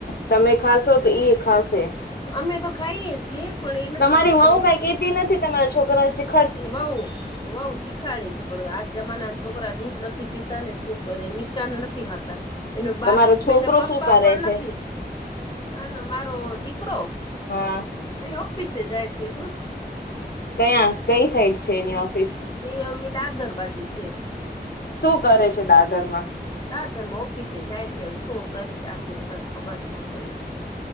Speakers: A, on the left; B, on the left.
A: તમે ખાશો તો ઈએ ખાશે.
B: અમે તો ખાઈએ છીએ. પણ એ નથી
A: તમારી
B: ખાતો
A: વહું કાંઈ કહેતી નથી તમારા છોકરા વિશે?
B: એની વહુ-વહુ શી ખાડે છે, પણ આજ જમાનાના છોકરા દૂધ નથી પીતા ને શું કરે, મિસ ટાન એય નથી ખાતા, એનો બાપ
A: તમારો છોકરો
B: એનો પપ્પા
A: શું કરે
B: પણ
A: છે
B: નથી. આનો મારો દીકરો
A: હા
B: અહીં ઓફિસે જાય છે જો.
A: કયાં? કંઈ સાઈડ છે એની ઓફિસ?
B: ઈ હવે એવી દાદર બાજુ છે.
A: શું કરે છે દાદર માં?
B: દાદરમાં ઓફિસે જાય છે, હવે શું કરે છે આપને તો કઈ ખબર ન પડે.